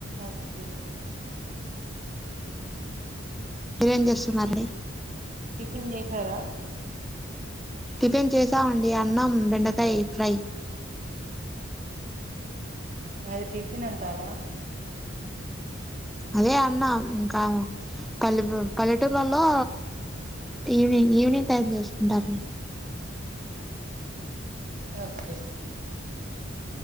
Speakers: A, on the right; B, in the centre.
A: ఓకే
B: మీరేం చేస్తున్నారండి
A: టిఫిన్ చేసారా
B: టిఫెన్ చేసామండి అన్నం బెండకాయ ఫ్రై
A: అది టిఫిన్ అంటారా
B: అదే అన్న ఇంకా పల్లె పల్లెటూర్లలో ఈవినింగ్ ఈవినింగ్ టైమ్ చేసుకుంటారండి
A: ఓకే